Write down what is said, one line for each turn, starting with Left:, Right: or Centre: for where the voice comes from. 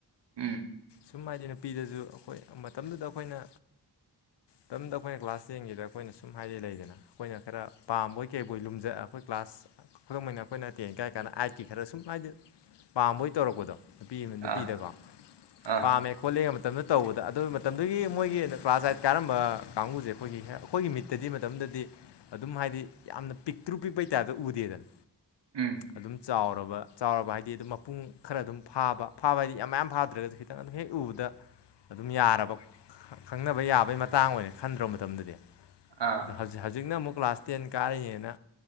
Right: ꯎꯝ
Left: ꯁꯨꯝ ꯍꯥꯏꯗꯤ ꯅꯨꯄꯤꯗꯁꯨ ꯑꯩꯈꯣꯏ ꯃꯇꯝꯗꯨꯗ ꯑꯩꯈꯣꯏꯅ ꯃꯇꯝꯗ ꯑꯩꯈꯣꯏꯅ ꯀ꯭ꯂꯥꯁ ꯇꯦꯟꯒꯤꯗ ꯑꯩꯈꯣꯏꯅ ꯁꯨꯝ ꯍꯥꯏꯗꯤ ꯂꯩꯗꯅ ꯑꯩꯈꯣꯏꯅ ꯈꯔ ꯄꯥꯝꯕꯣꯏ ꯀꯩꯕꯣꯏ ꯂꯨꯝꯖ ꯑꯩꯈꯣꯏ ꯀ꯭ꯂꯥꯁ ꯈꯨꯗꯝ ꯑꯣꯏꯅ ꯑꯩꯈꯣꯏꯅ ꯇꯦꯟ ꯀꯥꯏ ꯀꯥꯟꯗ ꯑꯥꯏꯠꯀꯤ ꯈꯔ ꯁꯨꯝ ꯍꯥꯏꯗꯤ ꯄꯥꯝꯕꯣꯏ ꯇꯧꯔꯛꯄꯗꯣ ꯅꯨꯄꯤ ꯑꯃꯗ
Right: ꯑꯥ
Left: ꯅꯨꯄꯤꯗꯀꯣ
Right: ꯑꯥ
Left: ꯄꯥꯝꯃꯦ ꯈꯣꯠꯂꯦꯒ ꯃꯇꯝꯗꯨꯗ ꯇꯧꯕꯗ ꯑꯗꯨ ꯃꯇꯝꯗꯨꯒꯤ ꯃꯣꯏꯒꯤ ꯀ꯭ꯂꯥꯁ ꯑꯥꯏꯠ ꯀꯥꯔꯝꯕ ꯀꯥꯡꯕꯨꯁꯦ ꯑꯩꯈꯣꯏꯒꯤ ꯍꯦꯛ ꯑꯩꯈꯣꯏꯒꯤ ꯃꯤꯠ ꯇꯗꯤ ꯃꯇꯝꯗꯗꯤ ꯑꯗꯨꯝ ꯍꯥꯏꯗꯤ ꯌꯥꯝꯅ ꯄꯤꯛꯇ꯭ꯔꯨ ꯄꯤꯛꯄꯩ ꯇꯥꯏꯞꯇꯥ ꯎꯗꯦꯗꯅ
Right: ꯎꯝ
Left: ꯑꯗꯨꯝ ꯆꯥꯎꯔꯕ ꯆꯥꯎꯔꯕ ꯍꯥꯏꯗꯤ ꯑꯗꯨꯝ ꯃꯄꯨꯡ ꯈꯔ ꯑꯗꯨꯝ ꯐꯥꯕ ꯐꯥꯕ ꯍꯥꯏꯗꯤ ꯌꯥꯝ ꯃꯌꯥꯝ ꯐꯥꯗ꯭ꯔꯒꯁꯨ ꯈꯤꯇꯪ ꯑꯗꯨꯝ ꯍꯦꯛ ꯎꯕꯗ
Right: <inaudible>
Left: ꯑꯗꯨꯝ ꯌꯥꯔꯕ ꯈꯪꯅꯕ ꯌꯥꯕꯒꯤ ꯃꯇꯥꯡ ꯑꯣꯏꯅ ꯈꯟꯗ꯭ꯔꯣ ꯃꯇꯝꯗꯗꯤ
Right: ꯑꯥ
Left: ꯑ ꯍꯧꯖꯤꯛ ꯍꯧꯖꯤꯛꯅ ꯑꯃꯨꯛ ꯀ꯭ꯂꯥꯁ ꯇꯦꯟ ꯀꯥꯔꯤꯅꯦꯅ